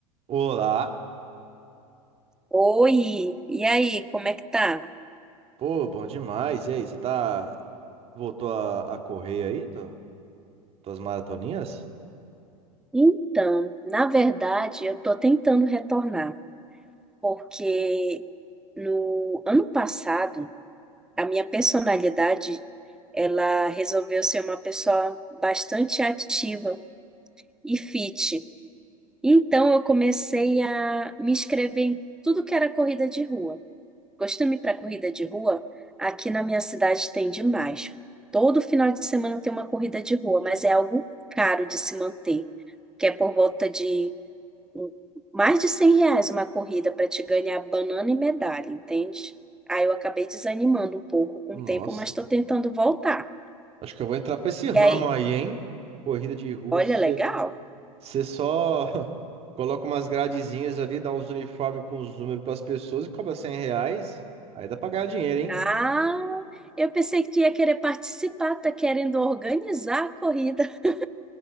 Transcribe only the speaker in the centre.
Oi, e aí, como é que tá?
Então, na verdade, eu estou tentando retornar, porque no ano passado, a minha personalidade, ela resolveu ser uma pessoa bastante ativa e fit. Então, eu comecei a me inscrever em tudo que era corrida de rua. Costume para corrida de rua, aqui na minha cidade tem demais. Todo final de semana tem uma corrida de rua, mas é algo caro de se manter, que é por volta de hum, mais de 100 reais uma corrida para te ganhar banana e medalha, entende? Aí eu acabei desanimando um pouco com
o tempo, mas estou tentando voltar.
E aí,
olha,
legal.
Ah, eu pensei que tu ia querer participar, tá querendo organizar a corrida. <laughs>